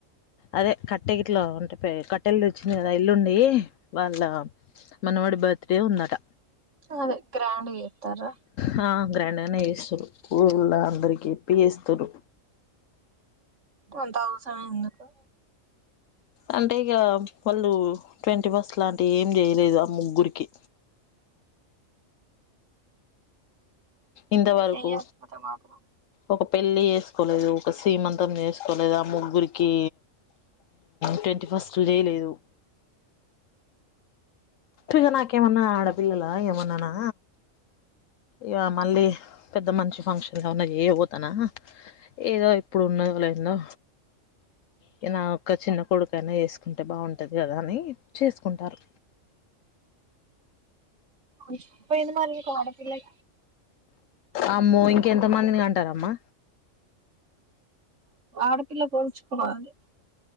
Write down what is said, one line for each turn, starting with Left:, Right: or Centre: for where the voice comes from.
Left: అదే కట్టెగిట్లో ఉంటే కట్టె ఇల్లు వచ్చింది కదా ఇల్లుండి వాళ్ళ మనం బర్త్డే ఉందట
Right: అదే గ్రాండ్ చేతారా
Left: హ గ్రాండ్గానే చేస్తురు ఊళ్ళ అందరికి చెప్పి చేస్తురూ
Right: కొంత అవసరమే ఎందుకు
Left: అంటే ఇక వాళ్ళు ట్వంటీ ఫస్ట్ లాంటి ఏం చేయలేదు ఆ ముగ్గురికి ఇంత వరకు
Right: చెయ్యకపోతే మాత్రం
Left: ఒక పెళ్ళి చేసుకోలేదు ఒక సీమంతం చేసుకోలేదు ఆ ముగ్గురికి ట్వంటీ ఫస్ట్ చేయలేదు ఇగ నాకేమన్నా ఆడ పిల్లల ఏమన్నానా ఇగ మళ్ళీ పెద్ద మంచి ఫంక్షన్ గా ఉన్న ఏయ పోతానా ఏదో ఇప్పుడు ఉన్నదో లేందో ఇగ నా ఒక్క చిన్న కొడు ఎనా చేసుకుంటే బాగుంటుంది కదా అని చేసుకుంటారు
Right: నిష్ పోయింది మల్లీ ఇంకోడపిళ్ళై
Left: అమ్మో ఇంకెంత మందిని అంటారమ్మా
Right: ఆడపిల్లకు ఉంచుకోవాలె